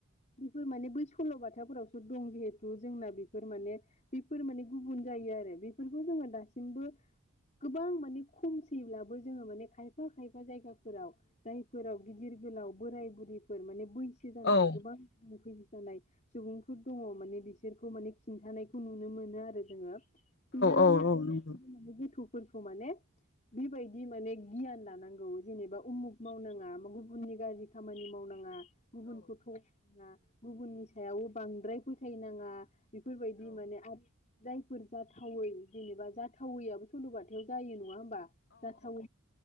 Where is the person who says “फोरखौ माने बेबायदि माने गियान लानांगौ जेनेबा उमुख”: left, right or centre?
Left